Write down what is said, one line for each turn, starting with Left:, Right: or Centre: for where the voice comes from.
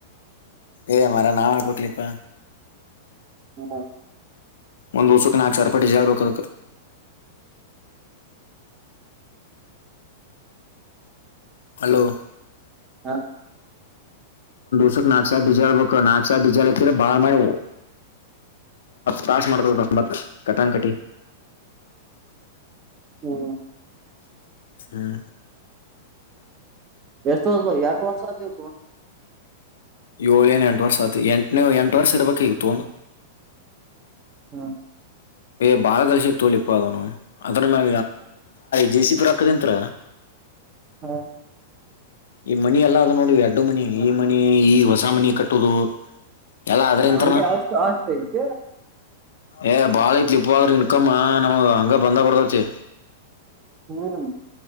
Left: ಏ ಮರ ನಾಾವ ಹ ಕೊಟ್ಲಿಪ್ಪ
Right: ಹ್ಮ
Left: ಒಂದ್ ದಊಸಕ್ಕೆ ನಾಲ್ಕು ಸರ್ಪಟ್ಟಿ ಹೇಳ್ಬೇಕದಕ ಹಲೋ
Right: ಹ
Left: ಕ್ ನಾಕ್ಸಾ ಡಿಜಾಲ್ ಬಕ್ ನಾಗಕ್ಷಸಾರ್ ಡಜಾಲ್ ಹಾಕಿದ್ರ ಬಾಳ್ ಮಾಡಿ ತಾಸ್ ಮಾಡ್ತದ ಬ ಮತ್ ಕಟಾನ್ ಕಟಿ
Right: ಹ್ಮ
Left: ಹ್ಮ್
Right: ಎಷ್ಟು ವರ್ಷ ಎರಷ್ಟ ವರ್ಷ ನೀು
Left: ಏಳ ನ್ ಎಂಟ ವರ್ತಿ ಎಂಟನೇ ಎಂಟ ವರ್ಷ ಇರ್ಬೇಕು ಈಗ ತೊಂದು
Right: ಹ್ಮ
Left: ಏ ಬಾಳ ಕಲ್ಸಿತ್ತು ತೋಲಿ ಇಪ್ಪ ಅದನು ಅದ್ರ್ರ ಜೆ ಸಿಪಿ ರಾಕ್ಕದಂತ್ರ
Right: ಹ್ಮ
Left: ಈ ಮನಿ ಎಲ್ಲ ಅದು ನೋಡಡಿ ಅಡ್ಡು ಮನಿ ಈ ಮನಿ ಈ ಹೊಸ ಮನಿ ಕಟ್ಟ ಹಟ್ಟುದು ಎಲ್ಲ ಅ್ರ ಇಂತ್ರನ
Right: ಹಂಗೆ ಅಷ್ಟು ಆಸ್ತಿ ಐತಿ
Left: ಏ ಬಾಳ ಐತ್ಲಿ ಇಪ್ಪ ಆದ್ರ ಇನ್ಕಮ್ ನಮಗ ಹಂಗ ಬಂದ ಬರ್ದತಿ
Right: ಹ್ಮ್